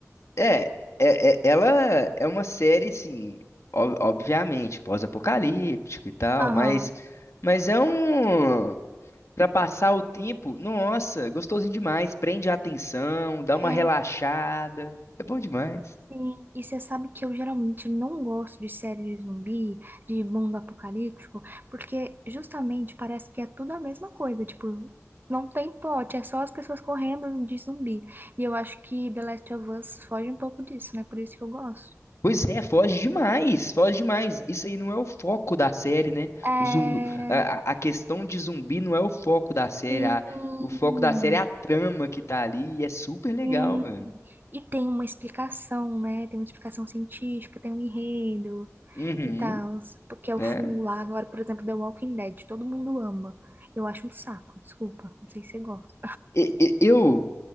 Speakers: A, on the left; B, on the right.
A: É, é, é- ela é uma série, assim, ob- obviamente, pós-apocalíptico e tal,
B: Aham.
A: mas, mas é um. Pra passar o tempo, nossa, gostosinho demais. Prende a atenção, dá uma
B: É,
A: relaxada. É bom demais.
B: Sim, e você sabe que eu geralmente não gosto de série de zumbi, de mundo apocalíptico, porque justamente parece que é tudo a mesma coisa, tipo, não tem plot, é só as pessoas correndo de zumbi. E eu acho que The Last of Us foge um pouco disso, né? Por isso que eu gosto.
A: Pois é, foge demais, foge demais. Isso aí não é o foco da série, né?
B: É,
A: O zumbi, a, a- a questão de zumbi não é o foco da série.
B: sim,
A: a- o foco da série é a trama que tá ali e é super legal,
B: sim.
A: velho.
B: E tem uma explicação, né? Tem uma explicação científica, tem um enredo.
A: Uhum,
B: e tal, porque é o
A: né?
B: fungo lá. Agora, por exemplo, The Walking Dead, todo mundo ama. Eu acho um saco, desculpa, não sei se você gosta.
A: E- e- eu